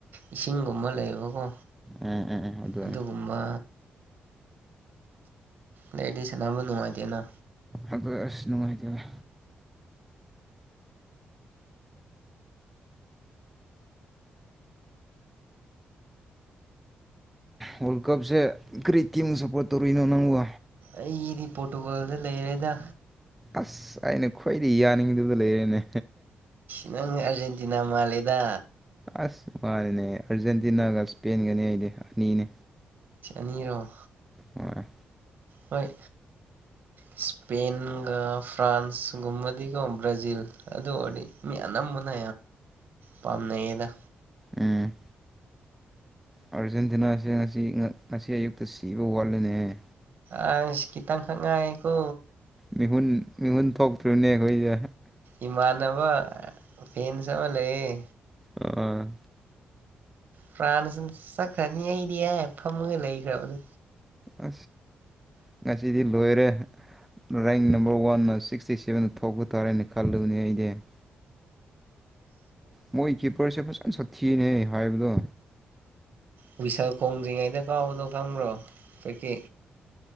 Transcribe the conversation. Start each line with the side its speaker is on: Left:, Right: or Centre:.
Right: ꯏꯁꯤꯡꯒꯨꯝꯕ ꯂꯩꯌꯦꯕꯀꯣ
Centre: ꯎꯝ ꯎꯝ ꯎꯝ ꯑꯗꯨ
Right: ꯑꯗꯨꯒꯨꯝꯕ ꯂꯩꯗꯤ ꯁꯅꯥꯕꯨ ꯅꯨꯡꯉꯥꯏꯇꯅ
Centre: ꯑꯗ ꯑꯁ ꯅꯨꯡꯉꯥꯏꯇꯔꯦ ꯋꯥꯔꯜ ꯀꯞꯁꯦ ꯀꯔꯤ ꯀꯤꯝ ꯁꯐꯣꯔ ꯇꯧꯔꯔꯤꯅꯣ ꯅꯪꯣ
Right: ꯑꯩꯗꯤ ꯄꯣꯔꯇꯨꯒꯥꯜꯗ ꯂꯩꯔꯦꯗ
Centre: ꯑꯁ ꯑꯩꯅ ꯈ꯭ꯋꯥꯏꯗꯤ ꯌꯥꯅꯤꯡꯗꯕꯗ ꯂꯩꯔꯦꯅꯦ
Right: ꯅꯪ ꯑꯔꯖꯦꯟꯇꯤꯅꯥ ꯃꯥꯂꯦꯗ
Centre: ꯑꯁ ꯃꯥꯅꯤꯅꯦ ꯑꯥꯔꯖꯦꯟꯇꯤꯅꯥꯒ ꯏꯁꯄꯦꯟꯒꯅꯦ ꯑꯩꯗꯤ ꯑꯅꯤꯅꯦ
Right: ꯅꯤꯔꯣ
Centre: ꯍꯣꯏ
Right: ꯍꯣꯏ ꯏꯁꯄꯦꯟꯒ ꯐ꯭ꯔꯥꯟꯁꯒꯨꯝꯕꯗꯤꯒꯣ ꯕ꯭ꯔꯥꯖꯤꯜ ꯑꯗꯨ ꯑꯣꯏꯔꯗꯤ ꯃꯤ ꯑꯅꯝꯕꯅ ꯄꯥꯝꯃꯦꯗ
Centre: ꯎꯝ ꯑꯥꯔꯖꯦꯟꯇꯤꯅꯥꯁꯦ ꯉꯁꯤ ꯉꯁꯤ ꯑꯌꯨꯛꯇ ꯁꯤꯕ ꯋꯥꯠꯂꯅꯦꯍ
Right: ꯑ ꯆꯇꯥꯡ ꯈꯥꯟꯉꯥꯏꯀ
Centre: ꯃꯤꯍꯨꯟ ꯃꯤꯍꯨꯟ ꯊꯣꯛꯇ꯭ꯨꯅꯦ ꯑꯩꯈꯣꯏꯁꯦ
Right: ꯏꯃꯅꯅꯕ ꯐꯦꯟ ꯁꯃ ꯂꯩꯦ
Centre: ꯑꯥ
Right: ꯐ꯭ꯔꯥꯟꯁꯅ ꯆꯠꯈ꯭ꯔꯅꯤ ꯑꯩꯗꯤ ꯑꯦ ꯐꯝꯃꯣꯏ ꯂꯩꯈ꯭ꯔꯕ ꯑꯗꯨ
Centre: ꯑ ꯉꯁꯤꯗꯤ ꯂꯣꯏꯔꯦ ꯔꯦꯡ ꯅꯝꯕꯔ ꯋꯥꯟꯅ ꯁꯤꯛꯁꯇꯤ ꯁꯕꯦꯟꯗ ꯊꯣꯛꯄ ꯇꯥꯔꯦ ꯍꯥꯏꯅ ꯈꯜꯂꯨꯕꯅꯤ ꯑꯩ ꯃꯣꯏ ꯀ ꯄꯁꯤꯦ ꯐꯁ ꯁ ꯊꯤꯅꯦꯩ ꯍꯥꯏꯕꯗꯣ
Right: ꯍꯨꯏꯁꯜ ꯈꯣꯡꯗ꯭ꯔꯤꯉꯩꯗ ꯀꯥꯎꯕꯗꯣ ꯈꯪꯕ꯭ꯔꯣ ꯍꯧꯀꯤ